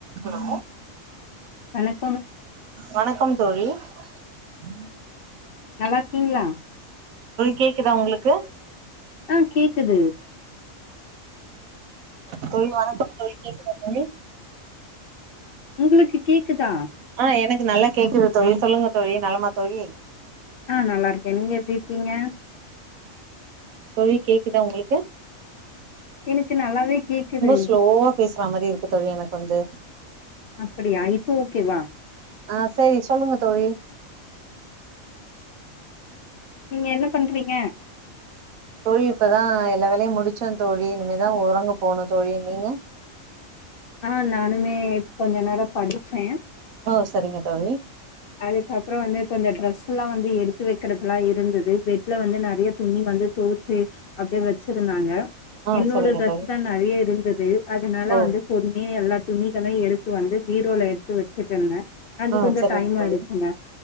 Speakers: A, on the right; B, on the left.
A: hello
B: வணக்
A: வணக்கம் தோழி உ
B: நல்லா இருக்கீங்ளா
A: கேக்குதா ஒங்களுக்கு
B: ஆ கேக்குது
A: தோழி வணக்கம் தோழி கேக்குதா தோழி
B: உங்களுக்கு கேக்குதா
A: ஆ எனக்கு நல்லா கேக்குது தோழி சொல்லுங்க தோழி நலமா தோழி
B: ஆ நல்லா இருக்கே நீங்க எப்டி இருக்கீங்க
A: தோழி கேக்குதா ஒங்களுக்கு
B: எனக்கு நல்லாவே கேக்குது
A: ஸ்லோவா பேசுற மாரி இருக்கு தோழி எனக்கு வந்து
B: அப்டியா இப்போ ஓகேவா
A: ஆ சேரி சொல்லுங்க தோழி
B: நீங்க என்ன பண்றீங்க
A: தோழி இப்பதா எல்லா வேலையு முடிச்சே தோழி இனிமே தா ஒறங்க போனு தோழி நீங்க
B: ஆ நானுமே கொஞ்ச நேரோ படிச்சே
A: ஓ சரிங்க தோழி
B: அதுக்கப்புற வந்து கொஞ்ச ட்ரெஸ் எல்லா வந்து எடு எடுக்கறதெல்லா இருந்தது பெட்ல வந்து நெறய துணி வந்து துவ சேரி அப்டிய வச்சிருந்தாங்க
A: ஆ
B: என்னோட
A: சரிங்க
B: ட்ரெஸ்
A: தோழி
B: தா நெறயா இருந்தது அதனால
A: ஓ
B: வந்து பொறுமையா எல்லா துணிகளையு எடுத்து வந்து பீரோல <unintelligible> அது
A: ஆ
B: கொஞ்சம்
A: சரிங்க
B: டைம்
A: தோழி
B: ஆயிடுச்சுங்க